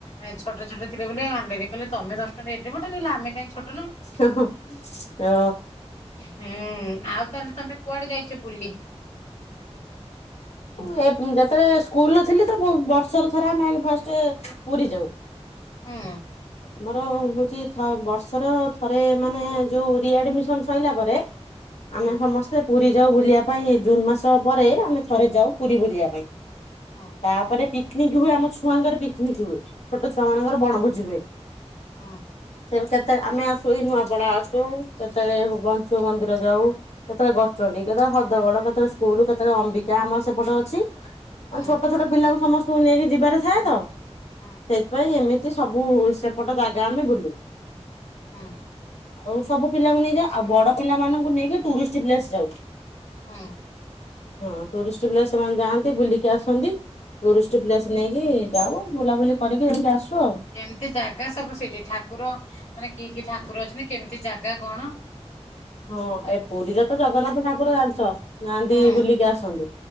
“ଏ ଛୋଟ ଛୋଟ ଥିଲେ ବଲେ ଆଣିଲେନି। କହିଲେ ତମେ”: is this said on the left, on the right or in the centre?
Left